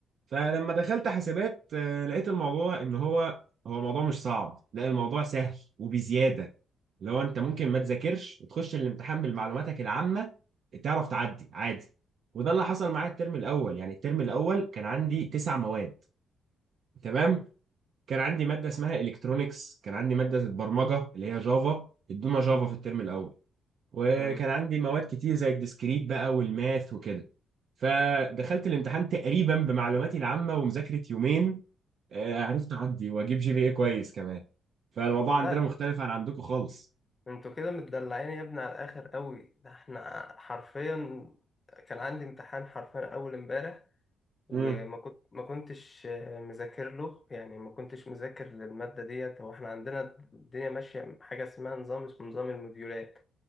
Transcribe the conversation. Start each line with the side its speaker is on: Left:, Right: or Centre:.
Right: فلما دخلت حاسبات آه، لقيت الموضوع ان هو هو الموضوع مش صعب لا الموضوع سهل وبزياده لو انت ممكن ما تذاكرش وتخش الامتحان بالمعلوماتك العامه تعرف تعدي عادي وده اللي حصل معايا الترم الاول يعني الترم الاول كان عندي تسع مواد تمام
Left: مم.
Right: كان عندي ماده اسمها الكترونكس كان عندي ماده البرمجه اللي هي جافا ادونا جافا في الترم الاول وكان
Left: مم.
Right: عندي مواد كتير زي الديسكريت بقى والماث وكده فدخلت الامتحان تقريبا بمعلوماتي العامه ومذاكره يومين آه، عرفت اعدي واجيب جي بي اي كويس كمان فالموضوع
Left: لا
Right: عندنا مختلف عن عندكم خالص
Left: انتوا كده متدلعين يا ابني على الاخر قوي ده احنا حرفيا كان عندي امتحان حرفيا اول امبارح وما
Right: امم
Left: كنت ما كنتش آه، مذاكر له يعني ما كنتش مذاكر للماده ديت هو احنا عندنا الدنيا ماشيه حاجه اسمها نظام اسمه نظام الموديولات